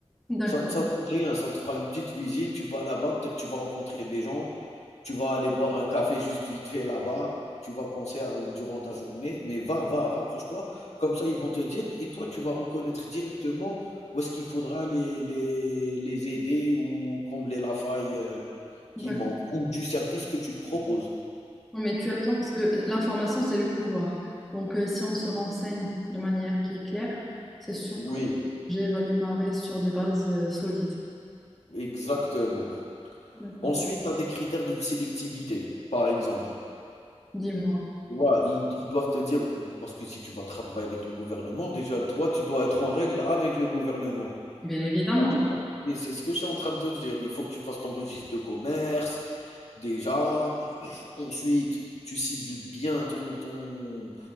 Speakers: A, in the centre; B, on the left.
A: D'accord,
B: Ça ça te coûte rien, ça te fera une petite visite, tu vas là-bas, peut-être tu vas rencontrer des gens, tu vas aller boire un café juste vite fait là-bas, tu vas penser à durant ta journée, mais va, va, rapproche-toi. Comme ça, ils vont te dire et toi, tu vas reconnaître directement où est-ce qu'il faudra les les les aider ou combler la faille, heu,
A: d'accord.
B: qui manque ou du service que tu proposes.
A: Non, mais tu as raison parce que l'information, c'est le pouvoir. Donc, euh, si on se renseigne de manière qui est claire, c'est sûr
B: Oui,
A: que le projet va démarrer sur des bases euh, solides.
B: exactement.
A: D'accord.
B: Ensuite, tu as des critères de sélectivité. Par exemple
A: Dis-moi.
B: Tu vois, ils ils doivent te dire parce que si tu vas travailler avec le gouvernement, déjà, toi, tu dois être en règle avec le gouvernement.
A: Bien évidemment.
B: Ça, c'est pas mais c'est ce que je suis en train de te dire. Il faut que tu fasses ton registre de commerce, déjà. Ensuite, tu cibles bien ton ton